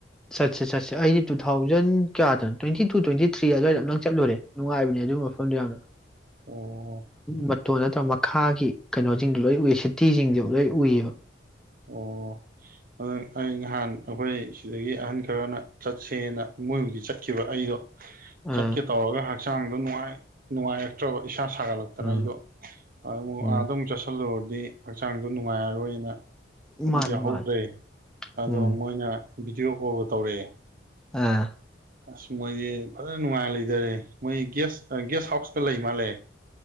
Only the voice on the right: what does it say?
ꯑꯣ
ꯑꯣ ꯑꯗꯨ ꯑꯩ ꯅꯍꯥꯟ ꯑꯩꯈꯣꯏ ꯁꯤꯗꯒꯤ ꯑꯍꯟ ꯈꯔꯅ ꯆꯠꯁꯦꯅ ꯃꯣꯏꯕꯨꯗꯤ ꯆꯠꯈꯤꯕ ꯑꯩꯗꯣ
ꯆꯠꯀꯦ ꯇꯧꯔꯒ ꯍꯛꯆꯥꯡꯗꯣ ꯅꯨꯡꯉꯥꯏ ꯅꯨꯡꯉꯥꯏꯔꯛꯇ꯭ꯔꯕ ꯄꯩꯁꯥ ꯁꯥꯒꯠꯂꯛꯇꯅ
ꯑꯩꯗꯣ ꯑꯃꯨꯛ
ꯑꯥꯗ ꯑꯃꯨꯛ ꯆꯠꯁꯤꯜꯂꯨꯔꯒ ꯑꯗꯨꯗꯤ ꯍꯛꯆꯥꯡꯗꯣ ꯅꯨꯡꯉꯥꯏꯔꯔꯣꯏꯅ
ꯌꯥꯎꯍꯧꯗ꯭ꯔꯦ
ꯑꯗꯣ
ꯃꯣꯏꯅ ꯚꯗꯤꯑꯣ ꯀꯣꯜ ꯇꯧꯔꯛꯑꯦ
ꯑꯁ ꯃꯣꯏꯗꯤ ꯐꯖꯅ ꯅꯨꯡꯉꯥꯏ ꯂꯩꯖꯔꯦ ꯃꯣꯏ ꯦꯁꯒꯦꯁ ꯍꯥꯎꯁ ꯂꯩ ꯃꯥꯜꯂꯦ